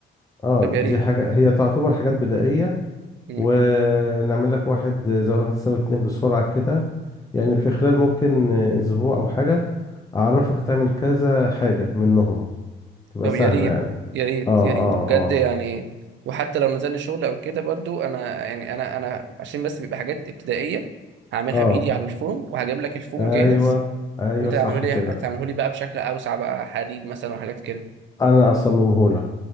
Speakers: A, on the left; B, on the right.
A: اه
B: طب يا
A: دي
B: ريت
A: حاجة هي تعتبر حاجات بدائية
B: مم.
A: ونعمل لك واحد زائد واحد يساوي اتنين بسرعة كده يعني
B: مم.
A: في خلال ممكن اسبوع او حاجة اعرفك تعمل كذا حاجة منهم تبقى
B: طب
A: سهلة
B: يا ريت
A: يعني
B: يا ريت
A: اه
B: يا ريت
A: اه
B: بجد
A: اه
B: يعني وحتى لو نزل لي شغل او كده برضو انا يعني انا انا عشان بس بيبقى حاجات ابتدائيه هعملها
A: اه
B: بايدي على الفوم وهجيب لك الفوم
A: ايوه
B: جاهز
A: ايوه
B: وانت تعمله
A: صح
B: لي
A: كده
B: تعمله لي بقى بشكل اوسع بقى حديد مثلا وحاجات كده
A: انا اصممه لك